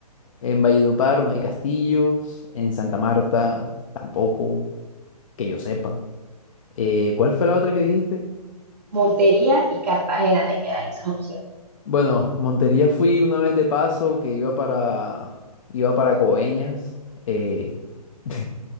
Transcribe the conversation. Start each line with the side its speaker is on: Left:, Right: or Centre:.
Left: En Valledupar no hay castillos. En Santa Marta tampoco, que yo sepa. Eh, ¿cuál fue la otra que dijiste?
Right: Montería y Cartagena te quedan esas opciones.
Left: Bueno, Montería fui una vez de paso que iba para iba para Coveñas. eh, <laughs>